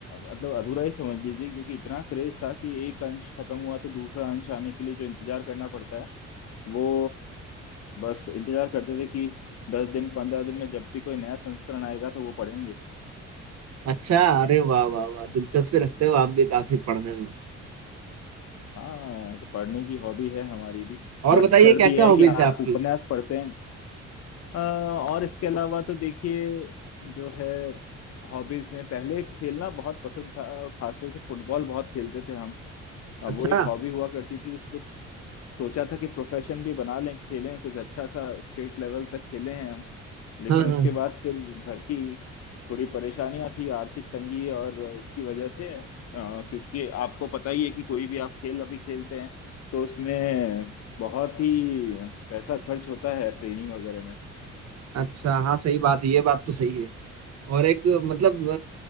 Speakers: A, on the left (about 55°); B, on the right (about 60°).
A: मतलब अधूरा ही समझ लीजिए क्योंकि इतना क्रेज था कि एक अंश खत्म हुआ तो दूसरा अंश आने के लिए जो इंतजार करना पड़ता है वो बस इंतजार करते थे कि दस दिन पंद्रह दिन में जब भी कोई नया संस्करण आएगा तो वो पढ़ेंगे
B: अच्छा अरे वाह वाह वाह दिलचस्पी रखते हो आप भी काफी पढ़ने में
A: हाँ तो पढ़ने की हॉबी है हमारी भी
B: और
A: बस
B: बताइए
A: शर्त
B: क्या
A: यह
B: क्या हॉबीज
A: है कि आप
B: है आपकी
A: उपन्यास पढ़ते हैं अ, और इसके अलावा तो देखिए जो है हॉबीज में पहले खेलना बहुत पसंद था खासतौर से फुटबॉल बहुत खेलते थे
B: अच्छा
A: अब वो एक हॉबी हुआ करती थी उसको सोचा था कि प्रोफेशन भी बना लें खेलें कुछ अच्छा सा स्टेट लेवल तक खेले हैं हम लेकिन
B: हाँ
A: उसके
B: हाँ
A: बाद फिर घर की थोड़ी परेशानियां थी आर्थिक तंगी और इसकी वजह से अ, क्योंकि आपको पता ही है कि कोई भी आप खेल अभी खेलते हैं तो उसमें बहुत ही पैसा खर्च होता है ट्रेनिंग वगैरह में
B: अच्छा हाँ सही बात है ये बात तो सही है और एक मतलब